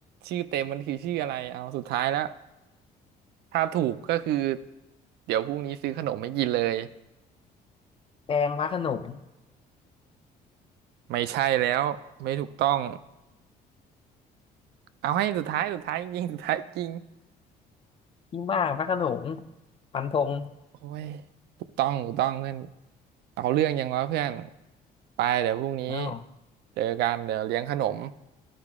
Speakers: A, on the right; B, on the left.
A: ชื่อเต็มมันคือชื่ออะไรเอาสุดท้ายแล้วถ้าถูกก็คือเดี๋ยวพรุ่งนี้ซื้อขนมม่กินเลย
B: แดงพระโขนง
A: ไม่ใช่แล้วไม่ถูกต้องเอาให้สุดท้ายสุดท้ายจริงสุดท้ายจริง
B: พี่มากพระโขนงฟันธง
A: โอ้ยถูกต้องถูกต้องเพื่อนเอาเรื่องยังวะเพื่อนไปเดี๋ยวพรุ่งนี้
B: อ้าว
A: เจอกันเดี๋ยวเลี้ยงขนม